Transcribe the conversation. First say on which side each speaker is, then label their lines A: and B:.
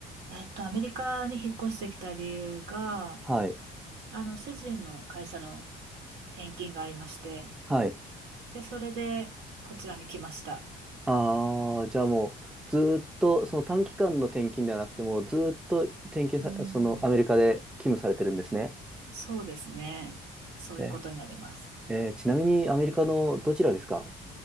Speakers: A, on the right; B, in the centre.
A: えっと、アメリカに引っ越してきた理由が、
B: はい。
A: あの、主人の会社の転勤がありまして、
B: はい。
A: で、それでこちらに来ました。
B: ああ、じゃあもう、ずーっと、その短期間の転勤ではなくて、もうずーっと転勤さ、
A: うん、
B: そのアメリカで勤務されてるんですね。
A: そうですね。そういうことになります。
B: え、えーちなみにアメリカのどちらですか